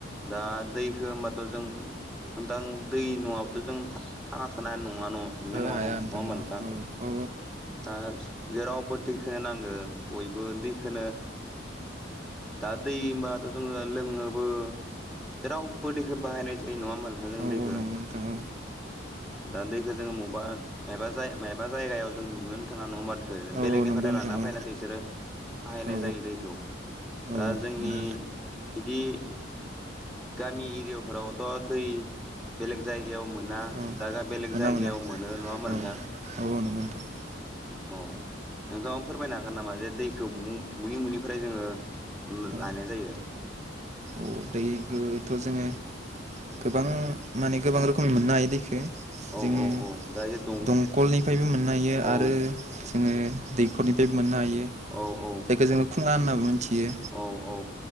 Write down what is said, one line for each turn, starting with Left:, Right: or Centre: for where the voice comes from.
Centre: दा दैखो होमबाथ' जों नोंथां दै नङाबाथ' जों थांना थानाय नङा न नंनाय
Right: ओहो
Centre: नङा
Right: हाया
Centre: न नङा होमबा
Right: औ
Centre: नोंथां दा जेरावबो दैखो नांगो बयबो दैखोनो दा दै होमबाथ' जोङो लोङोबो जेरावबो दैखौ बाहायनाय जै नङा होनबा नोंथां जों
Right: औ
Centre: दैखो
Right: औ नंगौ नोंथां औ
Centre: दा दैखौ जोङो बबेबा मायबा मायबा जायगायाव जों नुनोनो थाङा नङा होमबा ओ
Right: औ
Centre: बेलेगनिफ्राय
Right: औ नंगौ नोंथां औ नंगौ नोंथां
Centre: लाना
Right: औ
Centre: फैनासै बिसोरो बाहायनाय
Right: औ
Centre: जायो दैखौ दा
Right: नंगौ
Centre: जोंनि
Right: नोंथां औ
Centre: बिदि गामि एरियाफोरावथ' दै बेलेग जायगायाव मोना
Right: औ
Centre: दागा बेलेग
Right: मोना
Centre: जायगायाव
Right: मोना
Centre: मोनो नङा होनबा
Right: औ
Centre: नोंथां
Right: औ नंगौ नोंथां
Centre: औ नोंथाङा फोरमायनो हागोन नामा जे दैखौ मनि मुनिफ्राय जोङो उम
Right: औ
Centre: लानाय जायो
Right: औ दै खौथ' जोङो गोबां माने गोबां रोखोमनि मोननो हायो दैखो
Centre: औ
Right: जोङो
Centre: औ औ दा दं
Right: दंखलनिफ्रायबो मोननो हायो
Centre: औ
Right: आरो जोङो दैखरनिफ्राय मोननो हायो
Centre: औ औ
Right: जायखौ जोङो खुङा होननाबो मिथियो
Centre: औ औ